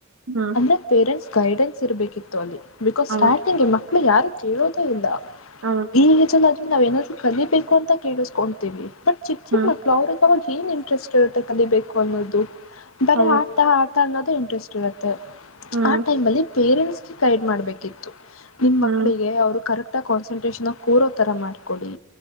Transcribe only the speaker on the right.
ಹ್ಮ್
ಹೌದು
ಹೌದು
ಹ್ಮ್
ಹೌದು
ಹ್ಮ್
ಹ್ಮ್